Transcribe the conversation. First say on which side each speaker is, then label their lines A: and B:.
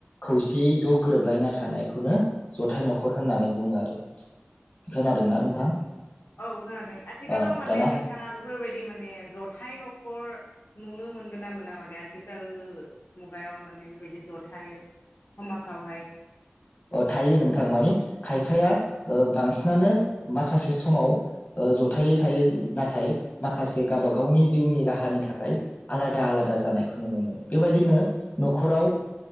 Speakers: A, on the left; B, on the left.
A: खौसेयै ज गोरोबलायना थानायखौनो जथाय नखर होननानै बुङो आरो खोनादोंना नोंथां
B: औ खोनादों आथिखालाव
A: ओ
B: मा माने
A: दाना
B: नोंथाङा बेफोरबायदि माने जथाय नखर नुनो मोनगोन ना मोना माने आथिखाल मुगायाव माने बेबायदि जथाय समाजावहाय
A: अ थायो नोंथां माने खायफाया बांसिनानो माखासे समाव जथायै थायो नाथाय माखासे गावबा गावनि जिउनि राहानि थाखाय आलादा आलादा जानायखौ नुनो मोनो बेबायदिनो नखराव